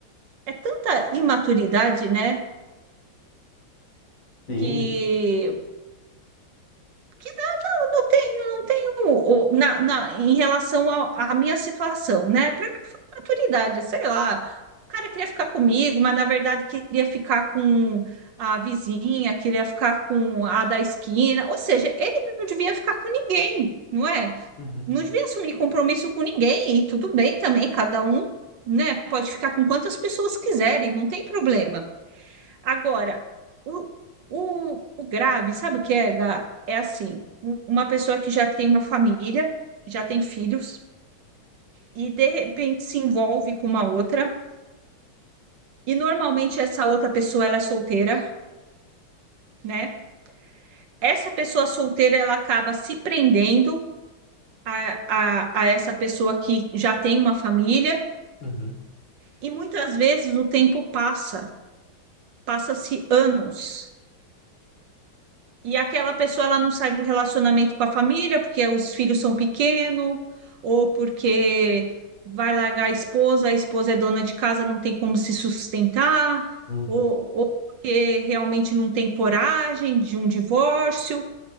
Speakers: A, on the right; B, on the left.
A: é tanta imaturidade, né?
B: Sim.
A: Que, que não não tenho, não tenho o- na, na- em relação ao- à minha situação, né? Para que foi maturidade, sei lá. O cara queria ficar comigo, mas na verdade queria ficar com a vizinha, queria ficar com a da esquina. Ou seja, ele não devia ficar com ninguém, não é?
B: Uhum,
A: Não devia assumir compromisso com ninguém, e tudo bem também, cada um, né, pode ficar com quantas pessoas quiserem, não tem problema. Agora, o, o, o grave, sabe o que é, Gá? É assim, um- uma pessoa que já tem uma família, já tem filhos, e de repente se envolve com uma outra, e normalmente essa outra pessoa ela é solteira, né? Essa pessoa solteira ela acaba se prendendo a, a, a essa pessoa que já tem uma família,
B: uhum,
A: e muitas vezes o tempo passa, passa-se anos. E aquela pessoa ela não sai do relacionamento com a família porque os filhos são pequenos, ou porque vai largar a esposa, a esposa é dona de casa, não tem como se sustentar,
B: uhum,
A: ou, ou porque realmente não tem coragem de um divórcio.